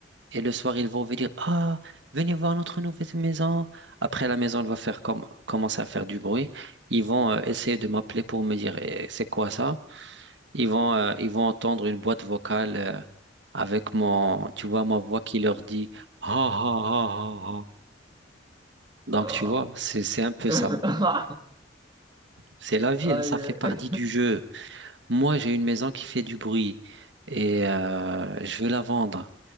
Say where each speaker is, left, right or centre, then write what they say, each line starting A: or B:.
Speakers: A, on the right; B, on the right.
A: Et le soir, ils vont venir. Ah, venez voir notre nouvelle maison. Après, la maison, elle va faire comme, commencer à faire du bruit. Ils vont euh, essayer de m'appeler pour me dire, Eh, c'est quoi ça? Ils vont, euh, ils vont entendre une boîte vocale euh, avec mon, tu vois, ma voix qui leur dit ha ha ha ha ha. Donc,
B: Ah.
A: tu vois, c'est, c'est un peu
B: <laughs>
A: ça. C'est la vie, hein,
B: Aïe.
A: ça fait partie du jeu. Moi, j'ai une maison qui fait du bruit et euh, je veux la vendre.